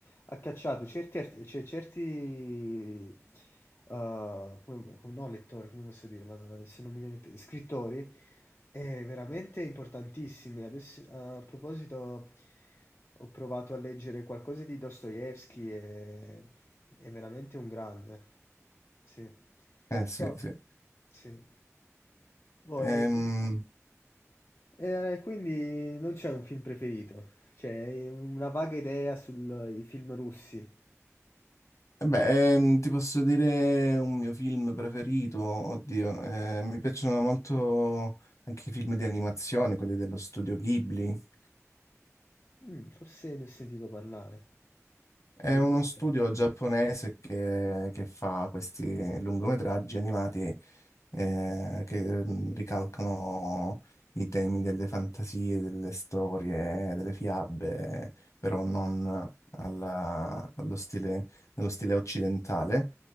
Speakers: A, on the left; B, on the left.
A: ha cacciato certi, art- cioè certi uh, come- come- no, lettori, come posso dire, madonna, se non mi viene in te- scrittori, eh, veramente importantissimi. Adesso, a proposito, ho provato a leggere qualcosa di Dostoevsky e è veramente un grande, sì.
B: eh sì,
A: Però,
B: sì.
A: sì. Boh,
B: Ehm,
A: e com- e quindi non c'è un film preferito, c'è una vaga idea sui film russi.
B: E Beh, ehm, ti posso dire un mio film preferito, oddio, eh, mi piacciono molto anche i film di animazione, quelli dello studio Ghibli.
A: Mm, forse ne ho sentito parlare.
B: È
A: E
B: uno
A: di cosa
B: studio
A: tratta?
B: giapponese che, che fa questi lungometraggi animati eh, che mm, ricalcano i temi delle fantasie, delle storie, delle fiabe, però non alla- allo stile, nello stile occidentale,